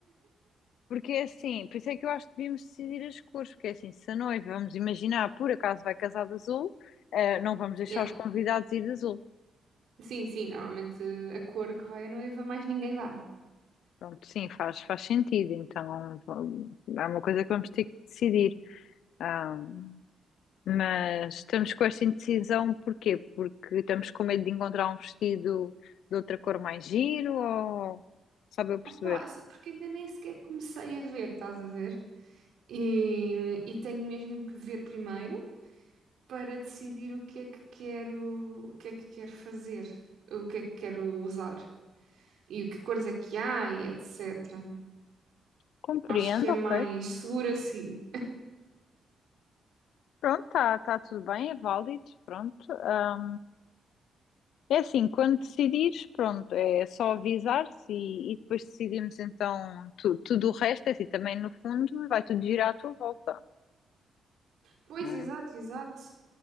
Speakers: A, on the left; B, on the right.
A: <laughs> porque é assim, por isso é que eu acho que devíamos decidir as cores, porque é assim, se a noiva, vamos imaginar, por acaso vai casar de azul, ah, não vamos deixar
B: Yeah.
A: os convidados ir de azul.
B: Sim, sim, normalmente a cor que vai a noiva, mais ninguém vai.
A: Pronto, sim, faz, faz sentido. Então, v- é uma coisa que vamos ter que decidir. Ah, mas estamos com esta indecisão, porquê? Porque estamos com medo de encontrar um vestido de outra cor mais giro ou sabe eu perceber?
B: Opa, se- porque ainda nem sequer comecei a ver, estás a ver? E, e tenho mesmo que ver primeiro para decidir o que é que quero, o que é que quero fazer, o que é que quero usar e o que cores é que há e etc.
A: Compreendo,
B: Acho que é mais
A: ok.
B: seguro assim.
A: Pronto, está tá tá tudo bem, é válido, pronto. Ah, é assim, quando decidires, pronto, é só avisares e, e depois decidimos então tu- tudo o resto, é assim, também no fundo vai tudo girar à tua volta,
B: Pois,
A: não
B: exato,
A: é?
B: exato.